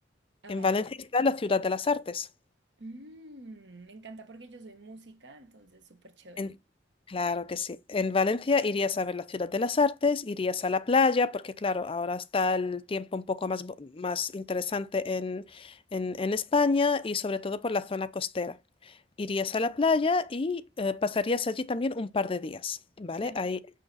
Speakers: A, on the right; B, on the left.
A: Ah,
B: En
A: vale.
B: Valencia está la Ciudad de las Artes.
A: Mm, me encanta porque yo soy música, entonces súper chévere.
B: En- claro que sí. En Valencia irías a ver la Ciudad de las Artes, irías a la playa, porque claro, ahora está el tiempo un poco más, bo- más interesante en, en, en España y sobre todo por la zona costera. Irías a la playa y eh, pasarías allí también un par de días, ¿vale?
A: Claro.
B: Ahí